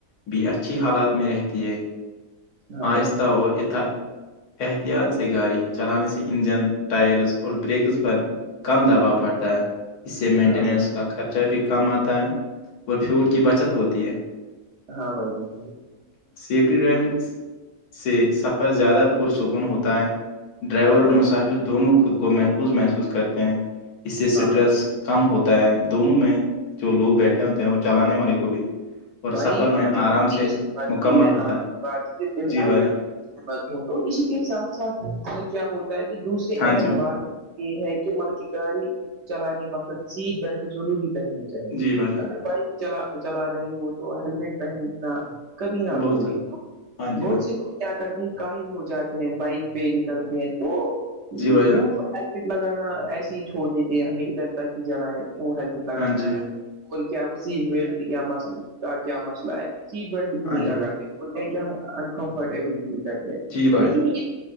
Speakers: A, on the left (about 80°); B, on the right (about 60°).
A: بھی اچھی حالات میں رہتی ہے
B: ہاں
A: آہستہ
B: بھائی
A: اور ات احتیاط سے گاڑی چلانے سے انجن ٹائرز اور بریکس پر کم دباؤ پڑتا ہے اس سے مینٹیننس
B: ہاں بھائی
A: کا خرچہ بھی کم آتا ہے اور فیول کی بچت ہوتی ہے
B: ہاں بائی جان
A: سیفٹی ڈرائیونگ سے سفر زیادہ پرسکون ہوتا ہے ڈرائیور
B: ہاں
A: اور
B: بھائی
A: مسافر دونوں خود کو محفوظ محسوظ کرتے ہیں اس سے اسٹریس
B: ہاں بھائی
A: کم ہوتا ہے دونوں میں جو لوگ بیٹھے ہوتے ہیں وہ چلانے والے کو بھی اور
B: بھائی
A: سفر
B: آپ
A: میں
B: نے
A: آرام
B: خود کی
A: سے
B: ایسی بات
A: مکمل
B: کی میں
A: ہوتا
B: آ
A: ہے
B: <inaudible> بالکل
A: جی بھائی جان
B: ہمت ہوں تو اسی کے ساتھ ساتھ کیا ہوتا ہے کہ دوسرے
A: ہاں
B: اہم
A: جی بھائی
B: بات یہ ہے کہ مطلب کہ گاڑی چلانے وقت سیٹ بیلٹ ضروری پہنیں چاہے
A: جی بھائی جان
B: اگر بائک چ چلا رہے ہو تو ہیللمٹ پہننا کبھی نہ
A: بہت
B: بولے
A: ضروری ہاں جی
B: بہت
A: بھائی
B: سی کیا کرتے کاہل ہو جاتے ہیں بائک پہ نکلتے ہیں تو
A: جی بھائی جان
B: وہ ہیلمٹ لگانا ایسے ہی چھوڑ دیتے ہے ہمیں ادھر تک ہی جانا ہے کیوں ہیلمٹ لگانا
A: ہاں جی
B: ہے
A: بھائی
B: اور کیا سیٹ بیلٹ کیا مس کا کیا مسئلہ ہے سیٹ بیلٹ بھی
A: ہاں
B: نہیں
A: جی
B: لگات
A: بھائی
B: د بولتے کہ ہم انکمفرٹیبل فیل کرتے
A: جی بھائی
B: لیکن
A: جان